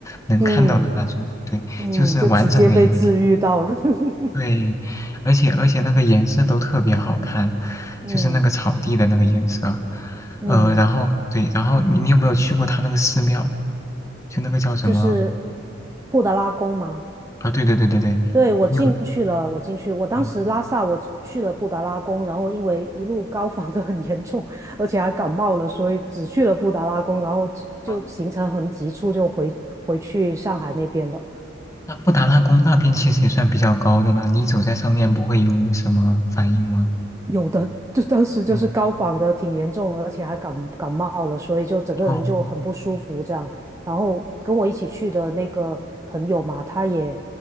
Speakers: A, on the left; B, on the right.
A: 能看到的那种，
B: 嗯，
A: 对，
B: 嗯，
A: 就是完整的一个天。
B: 就直接被治愈到，<laughs>
A: 对，而且而且那个颜色都特别好看，
B: 嗯
A: 就是那个草地的那个颜色。
B: 嗯，
A: 呃，然后对，然后你你有没有去过他那个寺庙？就那个叫什么
B: 就是布达拉宫嘛。
A: 啊？对对对对对，
B: 对，我进去了，
A: 你有
B: 我进去，我当时拉萨我去了布达拉宫，
A: 嗯
B: 然后因为一路高反的很严重，而且还感冒了，所以只去了布达拉宫，然后就行程很急促，
A: 哦，
B: 就回回去上海那边了。
A: 那布达拉宫那边其实也算比较高的啦，你走在上面不会有什么反应吗？
B: 有的，就当时就是高反的挺严重，
A: 嗯
B: 而且还感感冒了，所以就整个人就很不舒服这样。
A: 哦
B: 然后跟我一起去的那个朋友嘛，他也，